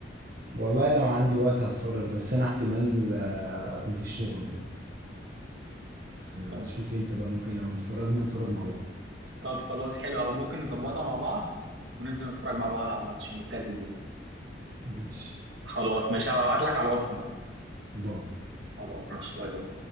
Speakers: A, on the right; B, on the right.
A: والله لو عندي وقت هتفرج بس انا احتمال آه، اكون في الشغل آه،
B: طب
A: شوف انت بقى ممكن لو اتفرجنا نتفرج مع بعض
B: طب خلاص حلو او ممكن نظبطها مع بعض وننزل نتفرج مع بعض على الماتش يوم الثلاث الجاي
A: ماشي
B: خلاص ماشي هبعت لك على الواتس بقى
A: باي
B: خلاص ماشي باي باي